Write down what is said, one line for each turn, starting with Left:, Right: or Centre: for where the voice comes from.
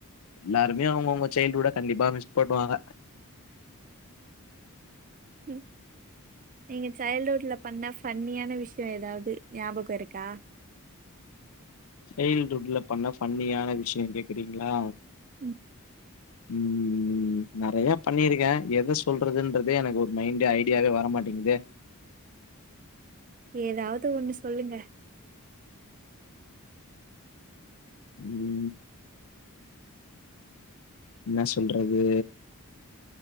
Left: எல்லாருமே அவங்கவுங்க சைல்டுஹுட்ட கண்டிப்பா மிஸ் பண்ணுவாங்க
Right: ம் நீங்க சைல்டு்ஹுட்ல பண்ண ஃபன்னியான விஷயம் ஏதாவது ஞாபகம் இருக்கா
Left: சைல்டுஹுட்டல பண்ண ஃபன்னியான விஷயம் கேக்குறீங்களா
Right: உம்
Left: ம் ம் நிறைய பண்ணிருக்கே எத சொல்றதுன்றதே எனக்கு ஒரு மைண்ட் ஐடியாவே வரமாட்டேங்குதே
Right: ஏதாவது ஒண்ணு சொல்லுங்க
Left: உம் என்ன சொல்றது